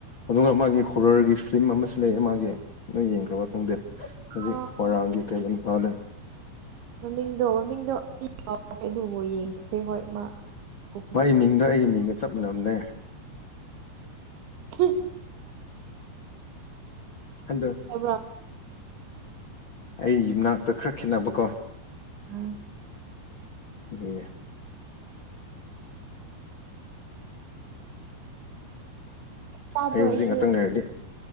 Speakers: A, on the left; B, on the right.
A: ꯑꯗꯨꯒ ꯃꯥꯒꯤ ꯍꯣꯔꯔꯒꯤ ꯐꯤꯂꯝ ꯑꯃꯁꯨ ꯂꯩ ꯃꯥꯒꯤ ꯅ ꯌꯦꯡꯈ꯭ꯔꯕꯥ ꯈꯪꯗꯦ꯫ ꯍꯧꯖꯤꯛ
B: ꯑꯥ
A: ꯋꯥꯔꯥꯡꯒꯤ ꯀꯩꯕꯜ ꯐꯥꯂꯦ
B: ꯃꯃꯤꯡꯗꯣ ꯃꯃꯤꯡꯗꯣ ꯑꯩ ꯀꯥꯎꯈꯔꯦ ꯑꯗꯨꯕ ꯌꯦꯡꯗ꯭ꯔꯦ ꯍꯣꯏ ꯃꯥ ꯎꯗꯣ
A: ꯃꯥꯒꯤ ꯃꯤꯡꯗꯣ ꯑꯩꯒꯤ ꯃꯤꯡꯒ ꯆꯞ ꯃꯥꯟꯅꯝꯅꯦ꯫
B: ꯍꯍ
A: ꯑ
B: ꯍꯥꯏꯕ꯭ꯔꯥ
A: ꯑꯩ ꯌ ꯌꯨꯝꯅꯥꯛꯇ ꯈꯔ ꯈꯦꯠꯅꯕꯀꯣ꯫
B: ꯑ
A: ꯍ
B: ꯇꯥꯕ꯭ꯔꯣ
A: ꯑꯩ ꯍꯧꯖꯤꯛ
B: ꯏꯁꯩ
A: ꯉꯥꯛꯇꯪ ꯂꯩꯔꯛꯂꯤ